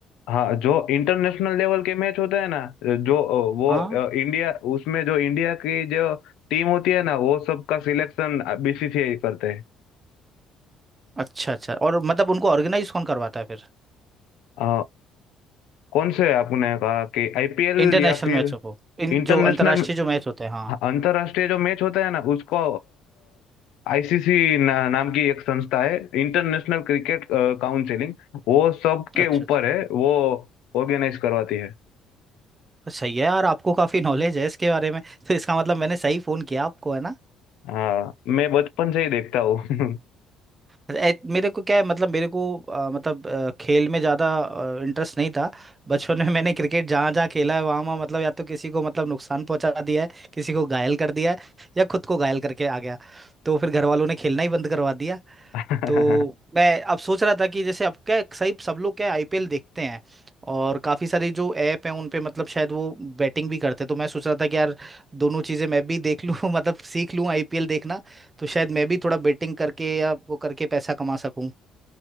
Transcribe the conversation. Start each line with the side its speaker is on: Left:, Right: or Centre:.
Left: हाँ जो इंटरनेशनल लेवल के मैच होते हैं ना जो अ, वो
Right: हाँ
Left: अ, इंडिया उसमें जो इंडिया की जो टीम होती है ना वो सबका सिलेक्शन बीसीसीआई करते हैं
Right: अच्छा अच्छा और मतलब उनको ऑर्गेनाइज कौन करवाता है फिर
Left: अ, कौन से आपने कहा कि आईपीएल
Right: इंटरनेशनल
Left: या फिर
Right: मैचों को इन
Left: इंटरनेशनल
Right: जो अंतर्राष्ट्रीय जो मैच होते हैं हाँ
Left: अंतरराष्ट्रीय जो मैच होता है ना उसको आईसीसी ना, नाम की एक संस्था है इंटरनेशनल क्रिकेट काउंसिलिंग वो सबके
Right: अच्छा
Left: ऊपर
Right: अच्छा
Left: है वो ऑर्गेनाइज करवाती है
Right: सही है यार आपको काफी नॉलेज है इसके बारे में तो इसका मतलब मैंने सही फोन किया आपको है ना
Left: हाँ मैं बचपन से ही देखता हूँ
Right: ए- मेरे को क्या है मतलब मेरे को अ, मतलब अ, खेल में ज़्यादा इंटरेस्ट नहीं था बचपन में मैंने क्रिकेट जहाँ जहाँ खेला है वहाँ वहाँ मतलब या तो किसी को मतलब नुकसान पहुंचा दिया है किसी को घायल कर दिया है या खुद को घायल करके आ गया तो फिर घर वालों ने खेलना ही बंद करवा दिया
Left: <laughs>
Right: तो मैं अब सोच रहा था कि जैसे अब क्या सही सब लोग क्या आईपीएल देखते हैं और काफ़ी सारी जो ऐप हैं उन पे मतलब शायद वो बैटिंग भी करते हैं तो मैं सोच रहा था कि यार दोनों चीज़ें मैं भी देख लूँ <laughs> मतलब सीख लूँ आईपीएल देखना तो शायद मैं भी थोड़ा बैटिंग करके या वो करके पैसा कमा सकूँ